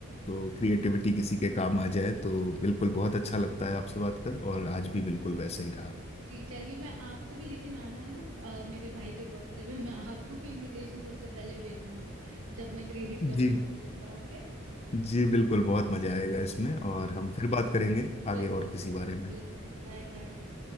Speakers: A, on the left (about 30°); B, on the right (about 80°).
A: तो क्रिएटिविटी किसी के काम आ जाए तो बिल्कुल बहुत अच्छा लगता है आपसे बात कर और आज भी बिल्कुल वैसा ही रहा
B: जी चलिए मैं आपको भी लेकिन आना है अ, मेरे भाई के बर्थडे पे मैं आपको भी इनविटेशन सबसे पहले भेजूंगी जब मैं क्रिएट कर
A: जी
B: लूंगी इसका ओके
A: जी बिल्कुल बहुत मजा आएगा इसमें
B: ओके
A: और हम फिर बात करेंगे आगे
B: बिल्कुल
A: और किसी
B: बिल्कुल
A: बारे में
B: बिल्कुल Bye bye